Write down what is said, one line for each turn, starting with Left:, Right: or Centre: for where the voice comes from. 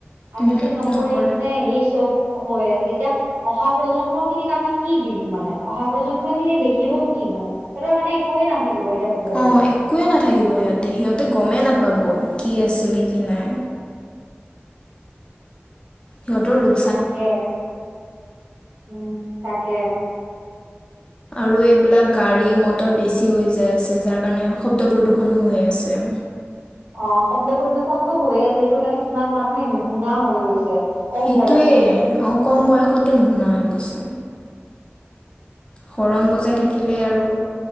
Right: আৰু
Left: ওহো
Right: তাৰছত নকৰি
Left: নকৰে
Right: পিনে, এই চব হৈ আছে, এতিয়া অহা প্ৰজন্ম খিনিক আমি কি দিম মানে, অহা প্ৰজন্ম খিনি দেখিব কিনো। সিহতৰ কাৰণে একোৱে নাথাকিব, এতিয়া ক'ব গ'লে।
Left: অ একোৱে নাথাকিব সিহঁতে, সিহঁতে গমেই নাপাব, কি আছিলে কি নাই। সিহঁতৰ লোক
Right: তাকে, উম, তাকে।
Left: আৰু এইবিলাক গাড়ী-মটৰ বেছি হৈ যাই আছে, যাৰ কাৰণে শব্দ প্ৰদূ্ষনো হৈ আছে।
Right: অ, শব্দ প্ৰদূষনটো হৈয়ে আছে, সেইটো কাৰণে কিমান মানুহে নুশুনা হৈ গৈছে। কম
Left: সেইটোয়ে,
Right: বয়সতে
Left: অ, কম বয়সতে নুশুনা হৈ গৈছে। হৰণ বজাই থাকিলে আৰু,